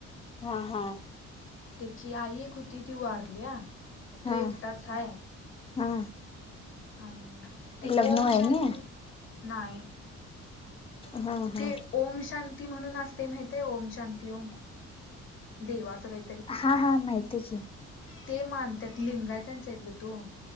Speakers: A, on the left; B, on the left.
A: हां हां
B: त्याची आई एक होती ती वारली
A: हा
B: तू एकटाच हाय
A: हा
B: आणि ते
A: लग्न
B: ओम
A: व्हाय
B: शांती
A: ना
B: नाही
A: हा हा
B: ते ओम शांती म्हणून असते माहिती ते ओम शांती ओम देवाचं काही
A: हा हा माहिती आहे की
B: ते मानतात लिंगाय त्यांच आहेत ग तू